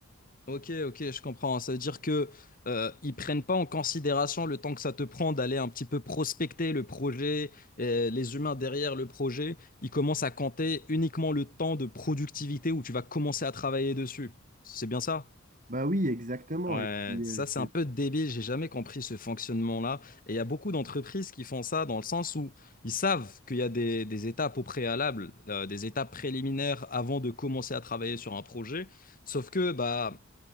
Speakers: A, on the left; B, on the right.
A: ok, ok, je comprends. Ça veut dire que euh, ils prennent pas en considération le temps que ça te prend d'aller un petit peu prospecter le projet, euh, les humains derrière le projet. Ils commencent à compter uniquement le temps de productivité où tu vas commencer à travailler dessus. C'est bien ça?
B: Bah oui, exactement.
A: Ouais,
B: Et puis,
A: ça
B: euh,
A: c'est
B: j'ai-
A: un peu débile, j'ai jamais compris ce fonctionnement-là. Et il y a beaucoup d'entreprises qui font ça dans le sens où ils savent qu'il y a des, des étapes au préalable, euh, des étapes préliminaires avant de commencer à travailler sur un projet, sauf que bah